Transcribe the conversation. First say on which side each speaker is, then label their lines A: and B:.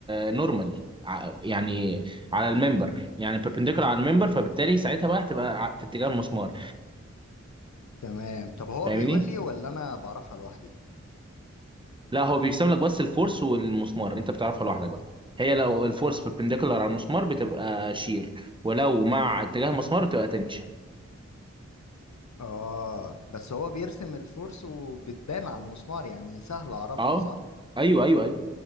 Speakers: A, on the right; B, on the left.
A: نورمال يعني على الممبر يعني بيربنديكولار على الممبر فبالتالي ساعتها بقى هتبقى ع- في اتجاه المسمار
B: تمام طب هو
A: فاهمني
B: بيقول لي ولا انا بعرفها لوحدي
A: لا هو بيرسم لك بس الفورس والمسمار انت بتعرفها لوحدك بقى هي لو الفورس بيربنديكولار على المسمار بتبقى شير ولو مع اتجاه المسمار بتبقى تنشن
B: اه بس هو بيرسم الفورس وبتبان على المسمار يعني سهل اعرفها
A: اه
B: صح
A: ايوه ايوه ايوه